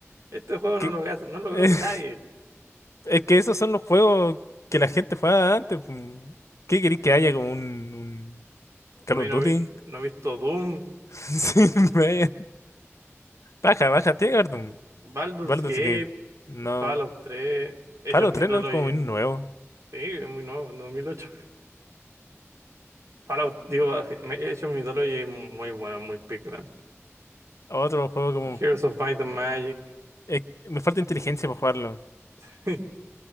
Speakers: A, on the right; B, on the left.
A: Este juego
B: que.
A: no lo, hace- no lo
B: <laughs>
A: conoce nadie.
B: Es que esos son los juegos que la gente jugaba antes. pues. ¿Qué queréis que haya como un, un Call
A: Hoy
B: of
A: no,
B: Duty?
A: he-
B: <laughs>
A: no he visto Doom,
B: Sí, vaya. Baja, baja, tiene que haber
A: Baldur's
B: un Baldur's
A: Gate,
B: Gate. No.
A: Fallout 3, Age
B: Fallout
A: of Mythology.
B: 3 no es como un nuevo.
A: Sí, es muy nuevo, en 2008. Fallout, digo, Age of Mythology es muy bueno, muy pick, man.
B: Otro juego como.
A: Heroes of Might and Magic,
B: eh, me falta inteligencia para jugarlo.
A: <laughs>